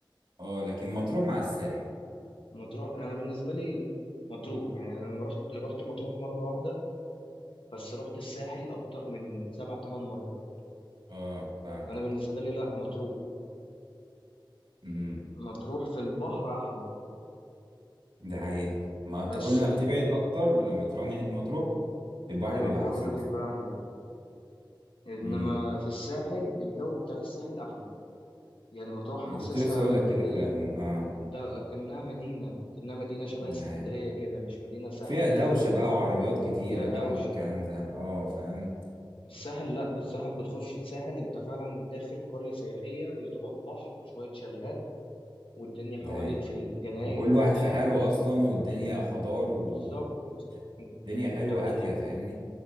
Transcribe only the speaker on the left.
مطروح انا بالنسبه لي مطروح يعني انا لما رحت رحت مطروح مره واحده بس رحت الساحل اكتر من سبع ثمان مرات
انا بالنسبه لي لا مطروح
مطروح في البحر احلى
بس
ال...
ايوه
البحر
بيبقى
احلى انما
في الساحل الجو بتاع الساحل احلى يعني مطروح حاسسها
اللي
هي
ده كأنها مدينه كأنها مدينه شبه
اسكندريه
كده مش مدينه ساحليه
قوي
فيها
دوشه
الساحل لا الساحل بتخش الساحل انت فعلا داخل قرية سياحية يا دوبك بحر وشوية شاليهات والدنيا حواليك
في الجناين
وبتاع
بالظبط انت
انت بتح...